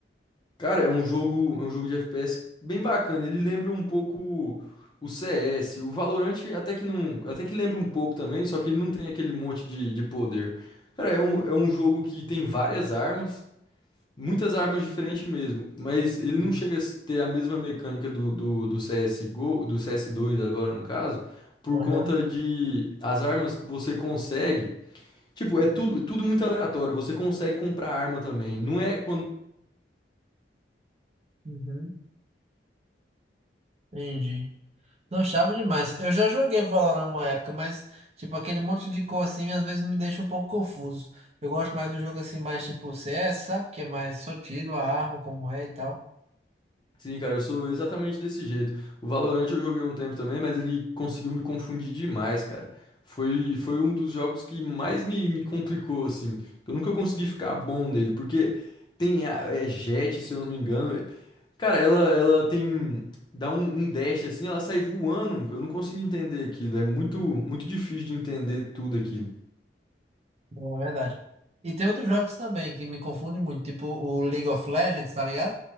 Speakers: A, on the left; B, on the right.
A: Cara, é um jogo, é um jogo de FPS bem bacana. Ele lembra um pouco o, o CS, o Valorant até que não, até que lembra um pouco também, só que ele não tem aquele monte de, de poder. Cara, é um, é um jogo que tem várias armas, muitas armas diferentes mesmo, mas ele
B: Uhum.
A: não chega a ter a mesma mecânica do, do, do CSGO, do cs dois agora no caso, por
B: Aham,
A: conta de as armas que você consegue Tipo, é tudo, tudo muito aleatório. Você consegue comprar arma também. Não é quando
B: uhum, entendi. Não, chave demais. Eu já joguei Valorant uma época, mas, tipo, aquele monte de cor assim, às vezes me deixa um pouco confuso. Eu gosto mais do jogo assim, mais tipo CS, sabe? Que é mais só tiro, a arma, como é e tal.
A: Sim, cara, eu sou exatamente desse jeito. O Valorant eu joguei um tempo também, mas ele conseguiu me confundir demais, cara. Foi, foi um dos jogos que mais me, me complicou, assim. Eu nunca consegui ficar bom nele, porque tem a, é Jett, se eu não me engano. é- Cara, ela, ela tem. Dá um, um dash assim, ela sai voando. Eu não consigo entender aquilo. É muito, muito difícil de entender tudo aquilo.
B: Não, É verdade. E tem outros jogos também que me confundem muito, tipo o League of Legends, tá ligado?